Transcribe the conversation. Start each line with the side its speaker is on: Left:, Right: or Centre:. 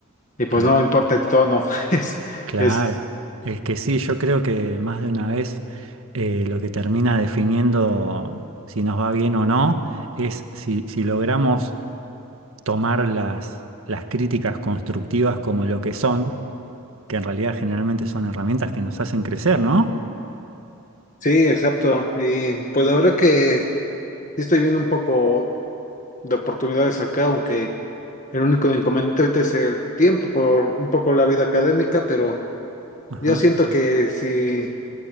Left: y pues
Right: claro.
Left: no importa el tono. <laughs> Es,
Right: Claro,
Left: es,
Right: es que sí, yo creo que más de una vez eh, lo que termina definiendo si nos va bien o no es si, si logramos tomar las, las críticas constructivas como lo que son, que en realidad generalmente son herramientas que nos hacen crecer, ¿no?
Left: sí, exacto. Y pues la verdad que sí estoy viendo un poco. de oportunidades acá, aunque el único inconveniente ahorita es el tiempo por un poco la vida académica, pero
Right: Ajá.
Left: yo siento que si